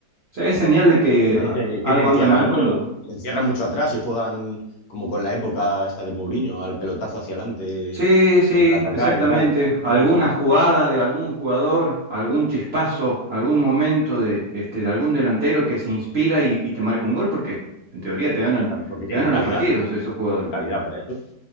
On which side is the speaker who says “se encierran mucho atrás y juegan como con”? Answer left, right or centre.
Left